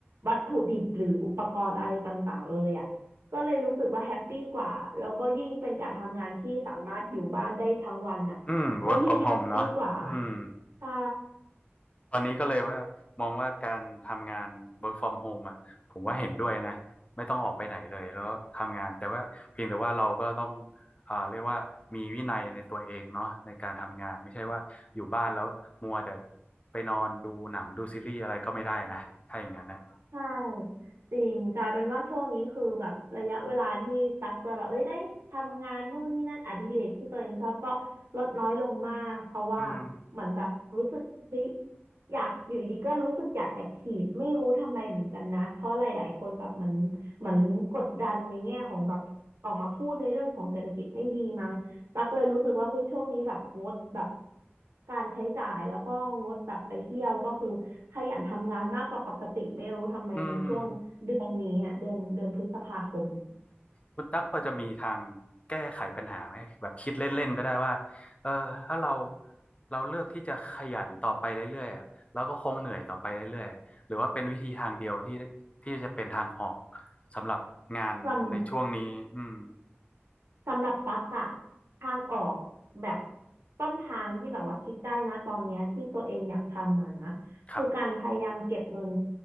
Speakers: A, on the right; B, on the left.
A: วัตถุดิบหรืออุปกรณ์อะไรต่างๆเลยอ่ะก็เลยรู้สึกว่าแฮปปี้กว่าแล้วก็ยิ่งเป็นการทำงานที่สามารถอยู่บ้านได้ทั้งวันน่ะก็ยิ่งแฮปปี้กว่า
B: อืม work from home เนาะอืม
A: ใช่
B: ตอนนี้ก็เลยว่ามองว่าการทำงาน work from home อ่ะผมว่าเห็นด้วยนะไม่ต้องออกไปไหนเลยแล้วทำงานแต่ว่าเพียงแต่ว่าเราก็ต้องอ่าเรียกว่ามีวินัยในตัวเองเนาะในการทำงานไม่ใช่ว่าอยู่บ้านแล้วมัวแต่ไปนอนดูหนังดูซีรีส์อะไรก็ไม่ได้นะถ้าอย่างนั้นนะ
A: ใช่จริงกลายเป็นว่าช่วงนี้คือแบบระยะเวลาที่ตักจะแบบเอ้ยได้ทำงานนู่นนี่นั่นอดิเรกที่ตัวเองชอบก็ลดน้อยลงมากเพราะว่า
B: อืม
A: เหมือนแบบรู้สึกเฮ้ยอยากอยู่ดีๆก็รู้สึกอยากแอคทีฟไม่รู้ทำไมเหมือนกันนะเพราะหลายๆคนแบบเหมือนเหมือนกดดันในแง่ของแบบออกมาพูดในเรื่องของเศรษฐกิจไม่ดีมั้ง ตักเลยรู้สึกว่าเฮ้ยช่วงนี้แบบงดแบบการใช้จ่ายแล้วก็งดแบบไปเที่ยวก็คือขยันทำงานมากกว่าปกติไม่รู้ทำไมในช่วงเดือนนี้อ่ะเดือนเดือนพฤษภาคมเนี่ย
B: อืม คุณตั๊กพอจะมีทางแก้ไขปัญหาไหมแบบคิดเล่นๆก็ได้ว่าเออถ้าเราเราเลือกที่จะขยันต่อไปเรื่อยๆอะแล้วก็คงเหนื่อยต่อไปเรื่อยๆอะหรือว่าเป็นวิธีทางเดียวที่ที่จะเป็นทางออกสำหรับงานในช่วงนี้อืม
A: ลำ สำหรับตั๊กอะทางออกแบบต้นทางที่แบบว่าคิดได้นะตอนเนี้ยที่ตัวเองอยากทำมานะคือการพยายามเก็บเงิน
B: ครับ